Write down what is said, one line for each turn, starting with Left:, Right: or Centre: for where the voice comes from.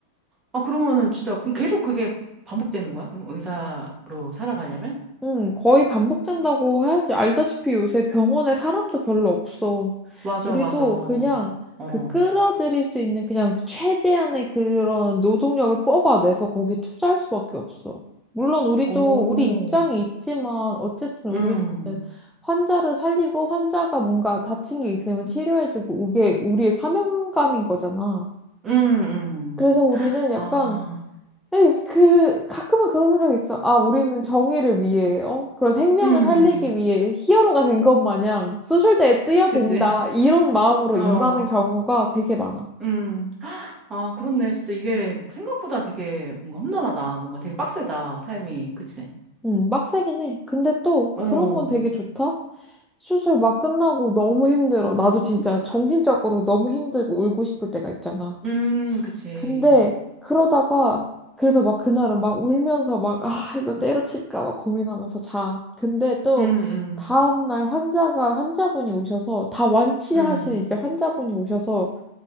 Right: 아, 그러면은 진짜, 그럼 계속 그게 반복되는 거야? 그럼 의사로 살아가려면?
Centre: 응, 거의 반복된다고 해야지. 알다시피 요새 병원에 사람도 별로 없어.
Right: 맞아,
Centre: 우리도
Right: 맞아.
Centre: 그냥
Right: 어,
Centre: 그 끌어들일 수 있는 그냥 최대한의 그런 노동력을 뽑아내서 거기 투자할 수밖에 없어. 물론 우리도
Right: 오,
Centre: 우리 입장이 있지만 어쨌든 우리는
Right: 음,
Centre: 환자를 살리고 환자가 뭔가 다친 게 있으면 치료해주고 이게 우리의 사명감인 거잖아.
Right: 음, 음.
Centre: 그래서 우리는 약간
Right: 아,
Centre: 에이, 그 가끔은 그런 생각이 있어. 아, 우리는 정의를 위해, 어? 그런 생명을
Right: 음,
Centre: 살리기 위해 히어로가 된 것 마냥 수술대에 뛰어든다.
Right: 그치.
Centre: 이런 마음으로
Right: 어,
Centre: 임하는 경우가 되게 많아.
Right: 음. 아, 그렇네. 진짜 이게 생각보다 되게 뭔가 험난하다. 뭔가 되게 빡세다. 삶이. 그치.
Centre: 음, 빡세긴 해. 근데 또
Right: 어,
Centre: 그런 건 되게 좋다. 수술 막 끝나고 너무 힘들어. 나도 진짜 정신적으로 너무 힘들고 울고 싶을 때가 있잖아.
Right: 음, 그치.
Centre: 근데 그러다가 그래서 막 그날은 막 울면서 막 아 이거 때려칠까 막 고민하면서 자. 근데 또
Right: 음, 음,
Centre: 다음날 환자가 환자분이 오셔서 다 완치하신
Right: 음,
Centre: 이제 환자분이 오셔서